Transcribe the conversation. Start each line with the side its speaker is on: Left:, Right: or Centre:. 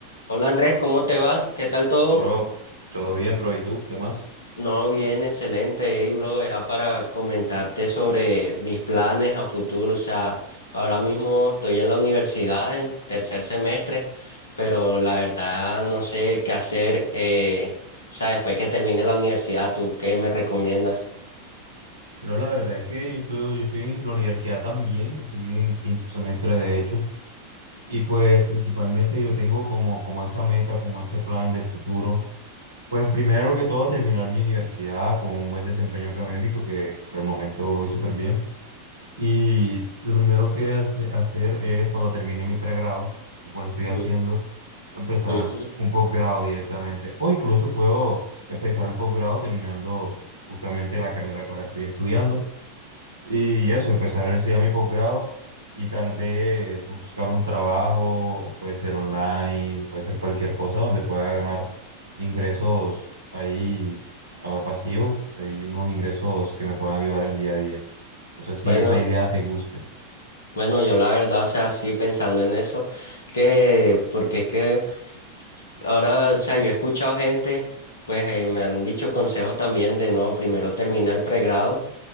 Left: Hola Andrés, ¿cómo te va? ¿Qué tal todo?
Right: Bro, todo bien, bro. ¿Y tú? ¿Qué más?
Left: No, bien, excelente, hey, bro. Era para comentarte sobre mis planes a futuro. O sea, ahora mismo estoy en la universidad en tercer semestre, pero la verdad no sé qué hacer. eh, o sea, después que termine la universidad, ¿tú qué me recomiendas?
Right: Bro, la verdad es que yo estoy, yo estoy en la universidad también, estoy en quinto semestre de hecho, y pues principalmente yo tengo como, como esa meta, como ese plan de futuro, pues primero que todo terminar mi universidad con un buen desempeño académico, que por el momento voy súper bien, y lo primero que hace- hacer es cuando termine mi pregrado, lo cual estoy haciendo
Left: Mm,
Right: empezar
Left: ujú.
Right: un posgrado directamente. O incluso puedo empezar el posgrado terminando justamente la carrera que ahora estoy estudiando. Y eso, empezar a enseñar mi posgrado y tal vez buscar un trabajo, puede ser online, puede ser cualquier cosa donde pueda ganar ingresos ahí ah, pasivos y unos ingresos que me puedan ayudar el día a día. O sea, si
Left: Bueno.
Right: esa idea te guste.
Left: Bueno, yo la verdad, o sea, sí pensando en eso, que porque es que ahora, o sea, yo he escuchado gente, pues eh, me han dicho consejos también de no, primero termina el pregrado